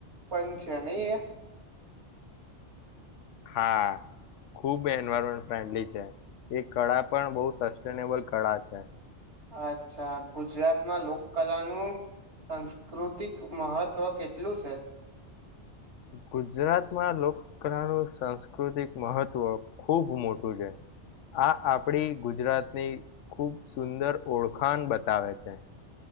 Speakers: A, on the right; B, on the left.
A: પણ છે નહી એ.
B: હા ખુબ એન્વાયરમેન્ટ ફ્રેન્ડલી છે એ કળા પણ બહુ સસ્ટેનેબલ કળા છે.
A: અચ્છા ગુજરાતમાં લોક કલાનું સાસ્કૃતિક મહત્વ કેટલું છે.
B: ગુજરાતમાં લોક કલાનું સાંસ્કૃતિક મહત્વ ખૂબ મોટું છે આ આપડી ગુજરાતની ખૂબ સુંદર ઓળખાણ બતાવે છે.